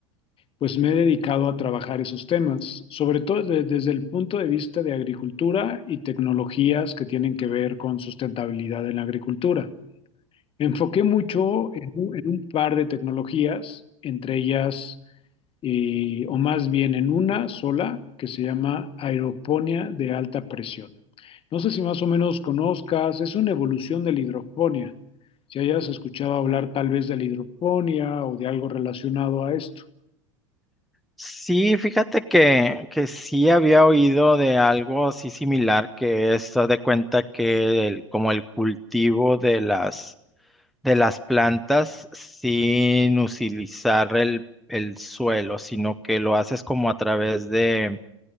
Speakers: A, on the left; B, in the centre.
A: pues me he dedicado a trabajar esos temas, sobre todo de- desde el punto de vista de agricultura y tecnologías que tienen que ver con sustentabilidad en la agricultura. Me enfoqué mucho en un, en un par de tecnologías, entre ellas eh, o más bien en una sola que se llama aeroponía de alta presión. No sé si más o menos conozcas, es una evolución de la hidroponía. Si hayas escuchado hablar tal vez de la hidroponía o de algo relacionado a esto.
B: Sí, fíjate que, que sí había oído de algo así similar, que es, haz de cuenta que el, como el cultivo de las, de las plantas sin utilizar el, el suelo, sino que lo haces como a través de,